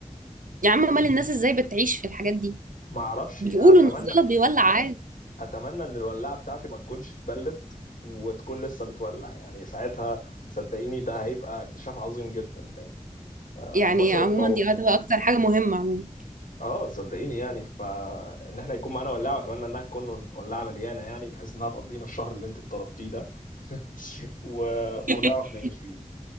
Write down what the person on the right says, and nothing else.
يا عم امال الناس ازاي بتعيش في الحاجات دي
بيقولوا
ان الزلط بيولع عادي
يعني
عموما
دي هتبقى اكتر حاجه مهمه عموما
<laughs>